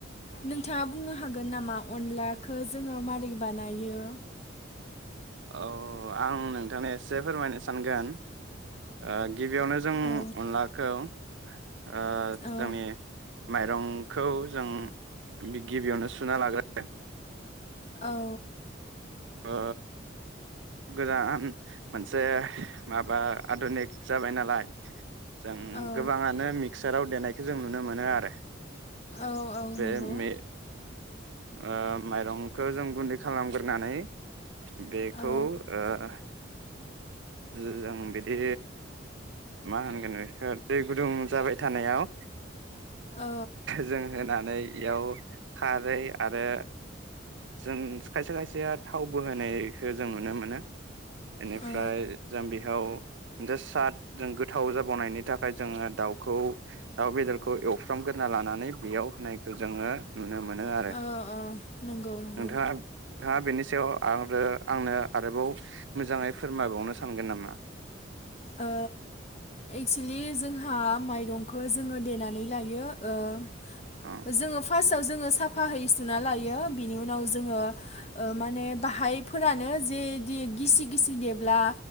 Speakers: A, on the left; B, on the right.
A: नोंथाङा बुंनो हागोन नामा अनलाखो जोङो मारै बानायो
B: औ आं नोंथां एसे फोरमायनो सानगोन ओ गिबियावनो जों अनलाखौ
A: औ
B: ओ
A: औ
B: जोंनि माइरंखौ जों गिबियावनो सुना लाग्रो
A: औ
B: ओ गोदान मोनसे माबा आधुनिक जाबाय नालाय जों
A: औ
B: गोबाङानो मि मिक्साराव देनायखौ जों नुनो मोनो आरो
A: औ औ
B: बे
A: नंगौ
B: मे ओ माइरंखौ जों गुनदै खालामग्रोनानै बेखौ
A: औ
B: ओ <inaudible> जों बिदि मा होनगोन बेखौ दै गुदुं जाबाय थानायाव
A: औ
B: जों होना। नै इयाव खारै आरो जों खायसे खायसेया थावबो होनायखौ जों नुनो मोनो बेनिफ्राय
A: औ
B: जों बेहाव गोसाद जों गोथाव जाबावनायनि थाखाय जोङो दाउखौ दाउ बेदरखौ एवफ्रामग्रोना लानानै बेयाव होनायखौ जोङो नुनो मोनो आरो।
A: औ औ नंगौ नंगौ
B: नोंथाङा नोंथाङा बेनि सायाव आरो आंनो आरोबाव मोजाङै फोरमायबावनो सान सानगोन नामा?
A: ओ एक्सुलि जोंहा हा माइरंखौ जोङो देनानै लायो ओ
B: औ
A: जोङो फार्स्टाव जोङो साफाहै सुना लायो बिनि उनाव जोङो ओ माने बाहायफोरानो जेदि गिसि गिसि देब्ला